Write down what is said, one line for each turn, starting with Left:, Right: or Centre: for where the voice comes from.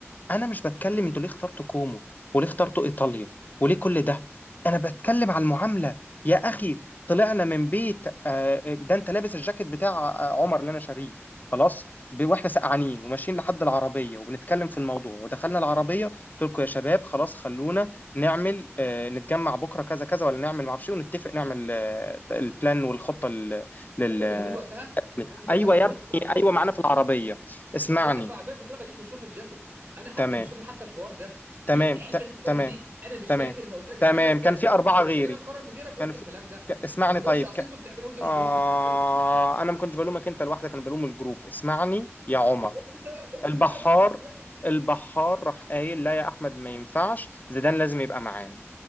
Left: انا مش بتكلم انتوا ليه اخترتوا كومو وليه اخترتوا ايطاليا وليه كل ده انا بتكلم على المعامله يا اخي طلعنا من بيت آه، ده انت لابس الجاكيت بتاع آه، عمر اللي انا شاريه خلاص ب- واحنا سقعانين وماشيين لحد العربيه وبنتكلم في الموضوع ودخلنا العربيه قلت لكم يا شباب خلاص خلونا نعمل آه، نتجمع بكره كذا كذا ولا نعمل معرفش إيه، ونتفق نعمل آه، البلان والخطه لل لل-
Right: انا كنت
Left: آه،
Right: موجود وقتها انا كنت
Left: ايوه
Right: وقتها موجود
Left: يا ابني
Right: ما كنتش موجود
Left: ايوه معانا في العربيه اسمعني
Right: ما كنتش في العربيه كنت رايح بجيب كلثوم من الجاكيت انا حتى
Left: تمام
Right: مش فاكر حتى الحوار ده
Left: تمام
Right: يعني الحته
Left: ت...
Right: اللي انت بتقولها
Left: تمام
Right: دي انا مش
Left: تمام
Right: فاكر ان قلت لك
Left: تمام
Right: استنى اسدان
Left: كان في أربعة
Right: ولما
Left: غيري
Right: جينا نقرر من غيرك قلت
Left: كان في
Right: الكلام ده
Left: ك... اسمعني
Right: فما تقولش
Left: طيب
Right: اصل
Left: ك...
Right: انتوا بتعملوا وانت مش
Left: آه...
Right: وانت مش بتعمله
Left: أنا ما كنتش بلومك أنت لوحدك أنا بلوم الجروب اسمعني يا عمر
Right: طب اكتب ده بقى- اكتب
Left: البحار
Right: ده بقى في الجروب يا احمد
Left: البحار راح قايل لا يا أحمد ما ينفعش زيدان لازم يبقى معانا